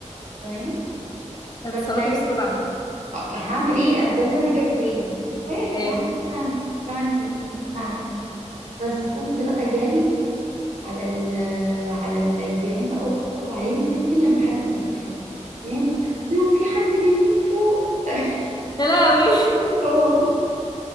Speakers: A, on the right; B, on the left.
A: تمام
B: اتصرفي
A: بس ساعتها
B: بسرعه
A: أه، هعمل ايه ده اللي انا جه في بالي كنت صغيره كنت
B: ايوه
A: عندي مثلا 8 سنين 9 بس قمت بقى جري على ال- على الجيران بقى واخبط عليهم فين فين لما حد فتح لي تمام قلت لهم في حد بيموت فوق <laughs>
B: يا لهوي <laughs>
A: اه